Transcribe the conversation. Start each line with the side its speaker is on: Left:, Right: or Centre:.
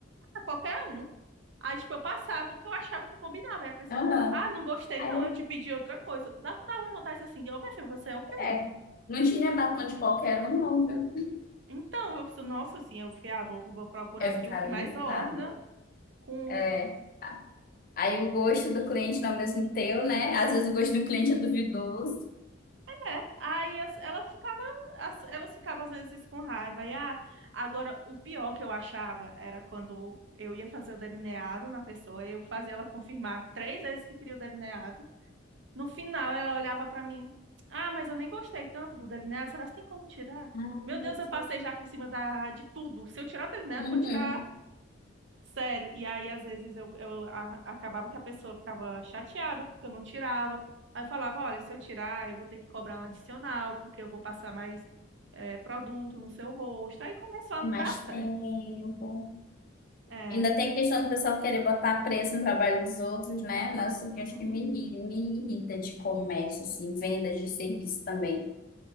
Right: Ah, qualquer um. Aí, tipo, eu passava o que eu achava que combinava. Aí a pessoa,
Left: Aham.
Right: ah, não gostei,
Left: Aí,
Right: não, eu te pedi outra coisa. Dava, dava uma vontade assim, ô, minha filha, você é o quê?
Left: é, não tinha batom de qualquer um, não, viu?
Right: Então, eu, nossa, assim, eu fiquei, ah, vou, vou procurar
Left: Eu
Right: aqui
Left: ficava
Right: o que mais
Left: irritada.
Right: orna com
Left: É. Aí o gosto do cliente não é o mesmo teu, né? Às vezes o gosto do cliente é duvidoso.
Right: é. Aí as- ela ficava, as- elas ficavam às vezes com raiva. Aí, ah, agora o pior que eu achava era quando eu ia fazer o delineado na pessoa, eu fazia ela confirmar três vezes que queria o delineado. No final ela olhava pra mim, ah, mas eu nem gostei tanto do delineado, será que tem como tirar?
Left: Ai,
Right: Meu Deus, eu
Left: que-
Right: passei já por cima da, de tudo. Se eu tirar o delineado,
Left: Uhum.
Right: eu vou tirar Sério, e aí às vezes eu, eu a- acabava que a pessoa ficava chateada porque eu não tirava. Aí eu falava, olha, se eu tirar, eu vou ter que cobrar um adicional, porque eu vou passar mais eh, produto no seu rosto. Aí começou a não
Left: Mais
Right: dar certo.
Left: tempo.
Right: É,
Left: Ainda tem a questão do pessoal querer botar preço no trabalho dos outros, né? Nossa, eu acho
Right: uhum.
Left: que me irrita, me irrita de comércio, assim, venda de serviço também.